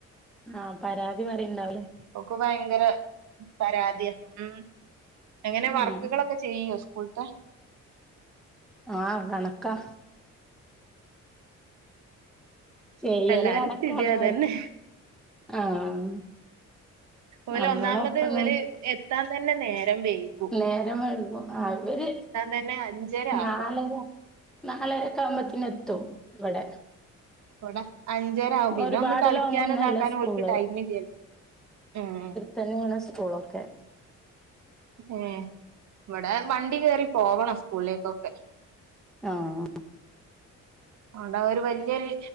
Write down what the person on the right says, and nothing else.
ഒക്ക് ഭയങ്കര പരാതി ഉം അങ്ങനെ
വർക്കുകളൊക്കെ ചെയ്യോ സ്കൂൾത്തെ
എല്ലാരേം
സ്ഥിതി അതെന്നെ
ഓല്
ഒന്നാമത് ഓല് എത്താൻ തന്നെ നേരം വയ്ക്കും
തന്നെ അഞ്ചര
ആകും
ഇവിട അഞ്ചര ആവും പിന്നെ
ഒന്ന് കളിക്കാനോ
ഇതാക്കാനോ
അവക്ക് ടൈമ ഇില്ലല്ലോ ഉം
ഉം ഇവിടെ വണ്ടി കയറി പോവണം സ്കൂളിലേക്കൊക്കെ
ണ്ട ഒരു വല്യൊരു